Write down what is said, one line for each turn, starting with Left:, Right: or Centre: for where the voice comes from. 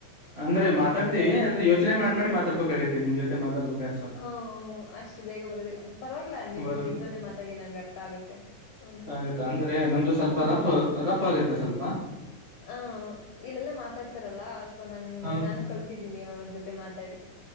Right: ಅಂದ್ರೆ
Left: ಆ
Right: ಮಾತಾಡ್ತಿವಿ
Left: ಆ ಕಡೆರುೂ
Right: ಅಂದ್ರೆ
Left: ಇದರೆ
Right: ಯೋಚನೆ ಮಾಡ್ ಮಾಡಿ ಮಾತಾಡ್ಬೇಕಾಗತ್ತೆ ನಿಮ್ ಜೊತೆ ಮಾತಾಡ್ಬೇಕಾದ್ರೆ ಸ್ವಲ್ಪ
Left: ಹ ಅಷ್ಟು ಬೇಗ ಬರೋದಿಲ್ಲ ಪರವಾಗಿಲ್ಲ ನೀವು ಹ್ಮ
Right: ಬರ
Left: ಇದ್ರಲ್ಲೇ ಮಾತಾಡಿ ನನ್ಗೆ ಅರ್ಥ ಆಗತ್ತೆ ಹ್ಮ್
Right: ಆಗತ್ತ ಅಂದ್ರೆ ನಮ್ದು ಸ್ವಲ್ಪ
Left: ಹ
Right: ರಫ್ ರಫ್ ಆಗತ್ತೆ ಸ್ವಲ್ಪ
Left: ಹ ಇಲ್ಲೆಲ್ಲ ಮಾತಾಡ್ತಾರಲ್ಲ ಸೊ ನನ್
Right: ಹ.
Left: ನಾನು ಕಲ್ತಿದ್ದೀನಿ ಅವ್ರ ಜೊತೆ ಮಾತಾಡಿ